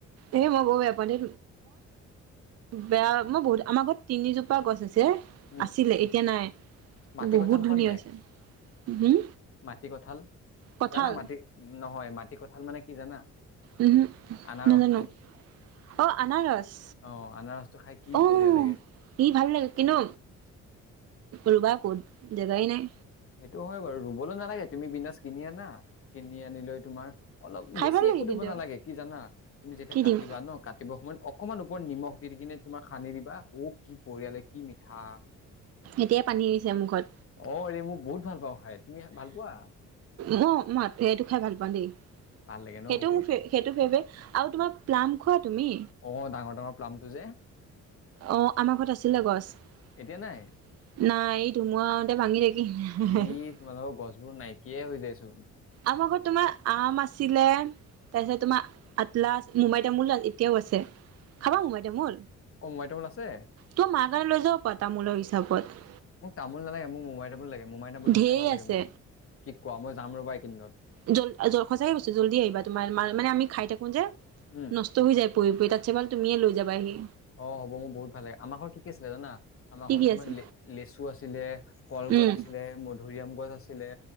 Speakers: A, on the right; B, on the left.
A: এ, মই বৌ বেয়া পাওঁ দে। বেয়া মই বহুত আমাৰ ঘৰত তিনিজোপা গছ আছে।
B: উম,
A: আছিলে এতিয়া নাই
B: মাটি
A: বহুত
B: কঁঠাল খোৱা
A: ধুনীয়া
B: নে নাই?
A: হৈছে। হম
B: মাটি কঠাল
A: কঁঠাল
B: জানা মাটি নহয় মাটি কঠাল মানে কি জানা
A: উম,
B: আনাৰসটো
A: নাজানো। অহ, আনাৰস
B: অ', আনাৰসটো খাই কি
A: উ
B: বঢ়িয়া লাগে।
A: সি ভাল লাগে কিনো ৰুবা ক'ত জেগাই নাই।
B: সেইটো হয় বাৰু, ৰুবলৈ নালাগে তুমি পিনাজ কিনি আনা কিনি আনি লৈ তোমাৰ অলপ
A: খাই
B: বেছি
A: ভাল লাগে
B: একো
A: কিন্তু
B: দিব নালাগে কি জানা তুমি যেতিয়া
A: কি
B: কাটিবা
A: দিম
B: ন কাটিবৰ সময়ত অকণমান ওপৰত নিমখ দি, দি কিনে তোমাৰ সানি দিবা আকো কি বঢ়িয়া লাগে কি মিঠা।
A: এতিয়াই পানী আহিছে মুখত।
B: অ, এই মোৰ বহুত ভাল পাওঁ খাই তুমি ভাল পোৱা
A: ম-মাত এইটো খাই ভাল পাওঁ দেই।
B: ভাল লাগে ন
A: সেইটো
B: বহুত
A: মোৰ সেইটো ফেভৰেট আৰু তোমাৰ প্লাম খোৱা তুমি?
B: অ, ডাঙৰ, ডাঙৰ প্লাম্পটো যে
A: অ, আমাৰ ঘৰত আছিলে গছ
B: এতিয়া নাই
A: নাই এই ধুমুহাঁতে ভাঙি থাকিল।
B: ই
A: <inaudible>
B: তোমালোকৰ গছবোৰ নাইকিয়াই হৈ যাইছো।
A: আম, আগৰত তোমাৰ আম আছিলে। তাৰপিছত তোমাৰ আটলা মুমাই তামোল এতিয়াও আছে খাবা মুমাই তামোল?
B: অমবাইটামান আছে।
A: তই মাৰ গাৰ লৈ যাব প তামোলৰ হিচাপত
B: মোক তামোল নালাগে মোকোই টাবো লাগে মোমাই তামুলটো
A: ঢেৰ
B: খাই ভাল লাগে।
A: আছে
B: মোৰ কি ক মই যাম ৰ'বা এইকেইদিনত।
A: জল-জ সচাইে গৈছ জল্দি আহিবা তোমাৰ মানে আমি খাই থাকো যে ন
B: উম
A: হৈ যায় পৰি, পৰি তাত চ মাল তুমিয়ে লৈ যাবাহি।
B: অ, হবোৰহুত ভালাগে আমাৰ ঘৰ কি, কি আছিলে জানা। আমাৰ
A: কি
B: ঘৰত
A: কি
B: তোমাৰ
A: আছে
B: লেচু আছিলে, কলগছ
A: উম
B: আছিলে। মধুৰিআম গছ আছিলে,